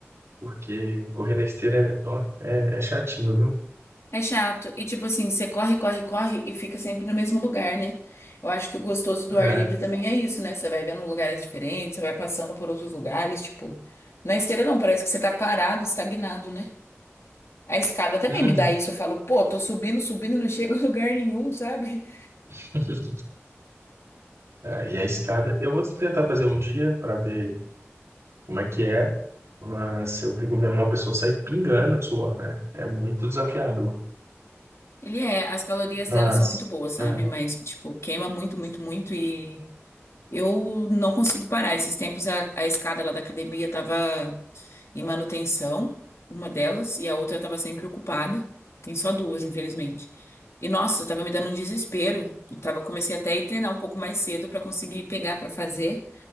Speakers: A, on the right; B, on the left.
A: porque correr na esteira é, ó, é, é chatinho, viu?
B: É chato. E tipo assim, você corre, corre, corre e fica sempre no mesmo lugar, né? Eu acho que o gostoso do
A: É.
B: ar livre também é isso, né? Você vai vendo lugares diferentes, você vai passando por outros lugares, tipo, na esteira não, parece que você tá parado, estagnado, né? A escada também
A: Uhum.
B: me dá isso. Eu falo, pô, tô subindo, subindo, não chego a <laughs> lugar nenhum, sabe?
A: <laughs> É, e a escada, eu vou tentar fazer um dia para ver como é que é, mas eu fico vendo uma pessoa sair pingando de suor, né? É muito desafiador.
B: Ele é, as calorias
A: Mas,
B: dela são muito boas, sabe?
A: é,
B: Mas, tipo, queima muito, muito, muito e eu não consigo parar. Esses tempos a, a escada lá da academia tava em manutenção, uma delas, e a outra tava sempre ocupada. Tem só duas, infelizmente. E nossa, tava me dando um desespero. Eu tava, comecei até a ir treinar um pouco mais cedo pra conseguir pegar pra fazer.